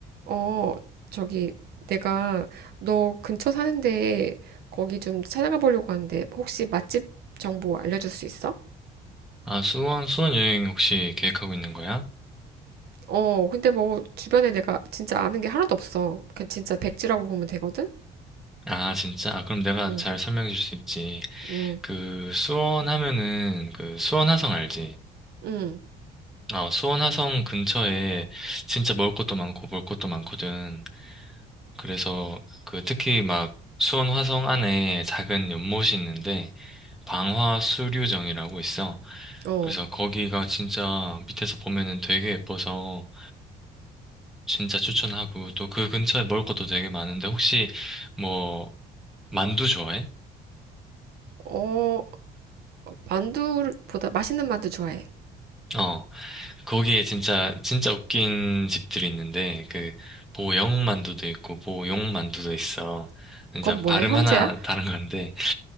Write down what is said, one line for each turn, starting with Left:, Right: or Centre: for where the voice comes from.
Right: 어, 저기, 내가 너 근처 사는데 거기 좀 찾아가 보려고 하는데 혹시 맛집 정보 알려줄 수 있어?
Centre: 아, 수원, 수원 여행 혹시 계획하고 있는 거야?
Right: 어, 근데 뭐 주변에 내가 진짜 아는 게 하나도 없어. 그 진짜 백지라고 보면 되거든?
Centre: 아, 진짜? 아, 그럼 내가
Right: 응,
Centre: 잘 설명해 줄 수 있지.
Right: 응,
Centre: 그, 수원 하면은, 그, 수원 화성 알지?
Right: 응,
Centre: 어, 수원 화성 근처에 진짜 먹을 것도 많고 볼 것도 많거든. 그래서, 그, 특히 막, 수원 화성 안에 작은 연못이 있는데, 방화수류정이라고 있어.
Right: 어.
Centre: 그래서 거기가 진짜 밑에서 보면은 되게 예뻐서 진짜 추천하고, 또 그 근처에 먹을 것도 되게 많은데, 혹시, 뭐, 만두 좋아해?
Right: 어, 만두보다 맛있는 만두 좋아해.
Centre: 어, 거기에 진짜, 진짜 웃긴 집들이 있는데, 그, 보영 만두도 있고, 보용 만두도 있어. 진짜
Right: 그건 뭐야,
Centre: 발음
Right: 형제야?
Centre: 하나 다른 건데,